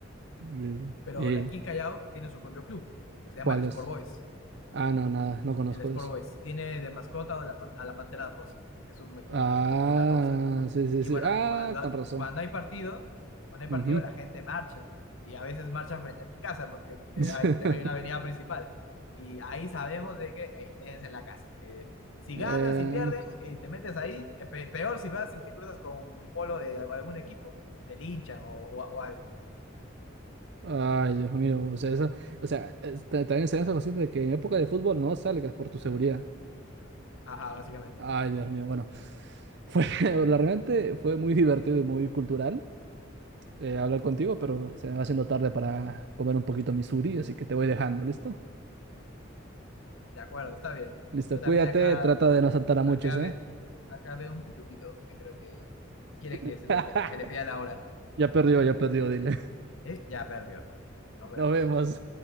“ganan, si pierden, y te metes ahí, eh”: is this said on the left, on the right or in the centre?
Left